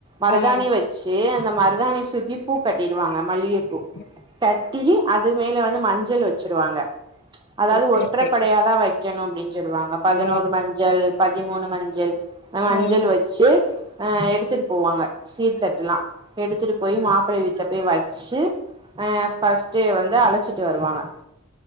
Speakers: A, on the right (about 20°); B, on the left (about 55°).
A: மருதாணி
B: ம்
A: வச்சு அந்த மருதாணி சுத்தி பூ கட்டிருவாங்க மல்லிகப்பூ
B: உ
A: கட்டி அது மேல வந்து மஞ்சள் வச்சிருவாங்க அதாவது
B: ஓகே
A: ஒற்றைப்படையாதா
B: ஓகே
A: வக் கணு அப்டின்னு சொல்லுவாங்க பதினோரு
B: ஓ
A: மஞ்சள் பதிமூணு மஞ்சள் மஞ்சள்
B: ம்
A: வச் சு ஆ எடுத்துட்டு போவாங்க சீர் தட்டுல்லா எடுத்துட்டு போய் மாப்பிள்ள வீட்ல போய் வச்சு ஆ ஃபஸ்ட்டே வந்து அழச்சிட்டு வருவாங்க